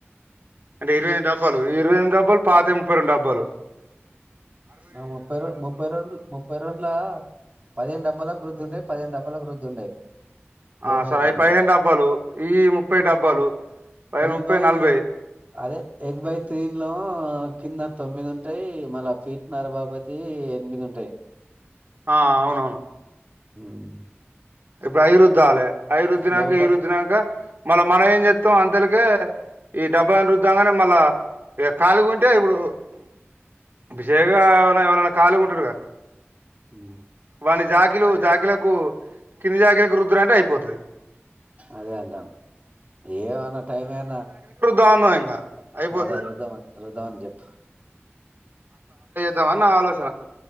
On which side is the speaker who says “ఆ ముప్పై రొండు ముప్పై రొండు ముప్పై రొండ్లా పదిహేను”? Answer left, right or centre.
Right